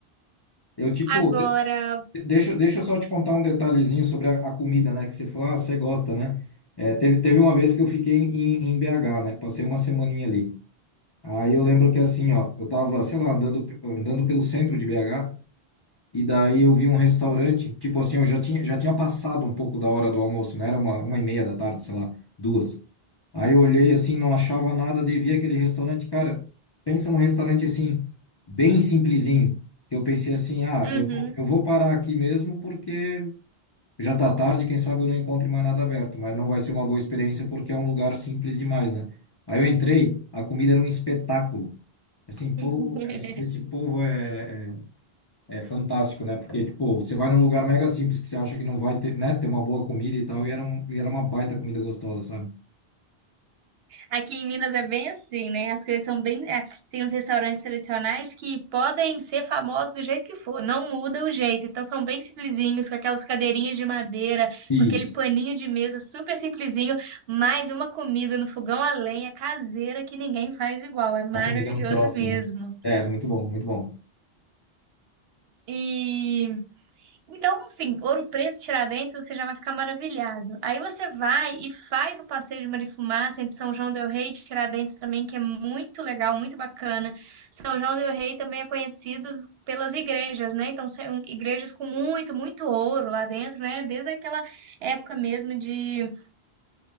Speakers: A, on the left; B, on the right.
A: Eu, tipo,
B: Agora,
A: de- deixa, deixa eu só te contar um detalhezinho sobre a, a comida, né? Que você falou, ah, você gosta, né? É, teve, teve uma vez que eu fiquei em, em BH, né? Passei uma semaninha ali. Aí eu lembro que assim, ó, eu tava, sei lá, andando, andando pelo centro de BH. E daí eu vi um restaurante, tipo assim, eu já tinha, já tinha passado um pouco da hora do almoço, né? Era uma, uma e meia da tarde, sei lá, duas. Aí eu olhei assim, não achava nada, devia aquele restaurante, cara, pensa num restaurante assim, bem simplesinho. Eu pensei assim, ah,
B: uhum.
A: eu, vou- eu vou parar aqui mesmo porque já tá tarde, quem sabe eu não encontre mais nada aberto, mas não vai ser uma boa experiência porque é um lugar simples demais, né? Aí eu entrei, a comida era um espetáculo. Assim, pô,
B: <laughs>
A: esse, esse povo é, é é fantástico, né? Porque, tipo, você vai num lugar mega simples que você acha que não vai ter, né? Ter uma boa comida e tal, e era, um, e era uma baita comida gostosa, sabe?
B: Aqui em Minas é bem assim, né? As coisas são bem. é, tem uns restaurantes tradicionais que podem ser famosos do jeito que for, não muda o jeito. Então são bem simplesinhos, com aquelas cadeirinhas de madeira,
A: Isso.
B: com aquele paninho de mesa super simplesinho, mais uma comida no fogão a lenha caseira que ninguém faz igual. É maravilhoso
A: A comida é um troço,
B: mesmo.
A: né? É, muito bom, muito bom.
B: E Então, assim, Ouro Preto, Tiradentes, você já vai ficar maravilhado. Aí você vai e faz o passeio de Marifumaça entre São João del Rei e Tiradentes também, que é muito legal, muito bacana. São João del Rei também é conhecido pelas igrejas, né? Então, são igrejas com muito, muito ouro lá dentro, né? Desde aquela época mesmo de